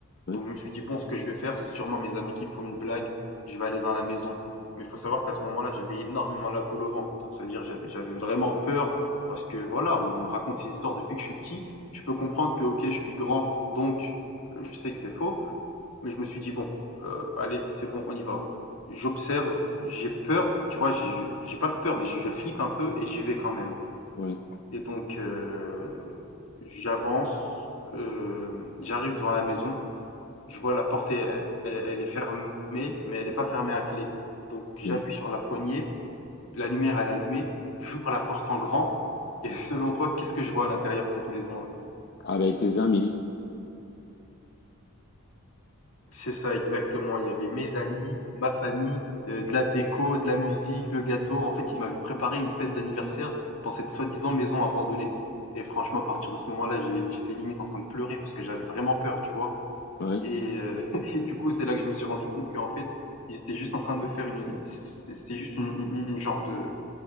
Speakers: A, on the left; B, on the left.
A: Ouais,
B: Donc je me suis dit, bon, ce que je vais faire, c'est sûrement mes amis qui font une blague, je vais aller dans la maison. Mais il faut savoir qu'à ce moment-là, j'avais énormément la boule au ventre. C'est-à-dire, j'avais, j'avais vraiment peur parce que voilà, on me raconte ces histoires depuis que je suis petit. Je peux comprendre que, ok, je suis grand, donc euh, je sais que c'est faux. Mais je me suis dit, bon, euh, allez, c'est bon, on y va. J'observe, j'ai peur, tu vois, j'ai j'ai pas peur, mais je flippe un peu et j'y vais quand même.
A: ouais,
B: Et donc, euh, j'avance, euh, j'arrive devant la maison je vois la porte elle, elle est fermée, mais elle n'est pas fermée à clé. Donc j'appuie
A: ouais.
B: sur la poignée, la lumière elle est allumée, j'ouvre la porte en grand, et <laughs> selon toi, qu'est-ce que je vois à l'intérieur de cette maison-là?
A: Avec tes amis.
B: C'est ça exactement, il y avait mes amis, ma famille, euh, de la déco, de la musique, le gâteau. En fait, ils m'avaient préparé une fête d'anniversaire dans cette soi-disant maison abandonnée. Et franchement, à partir de ce moment-là, j'ai- j'étais limite en train de pleurer parce que j'avais vraiment peur, tu vois.
A: Ouais,
B: Et, euh, <laughs> et du coup, c'est là que je me suis rendu compte qu'en fait, ils étaient juste en train de me faire une, c'était c'était juste une, une- une genre de,